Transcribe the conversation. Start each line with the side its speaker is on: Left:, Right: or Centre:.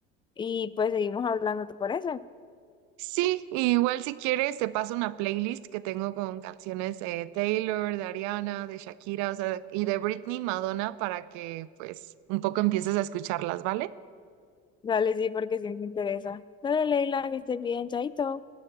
Left: Y pues seguimos hablando, ¿te parece?
Right: Sí, y igual si quieres te paso una playlist que tengo con canciones de Taylor, de Ariana, de Shakira, o sea, y de Britney, Madonna para que pues un poco empieces a escucharlas, ¿vale?
Left: Dale, sí, porque sí me interesa. Dale, Leila, que estés bien, chaito.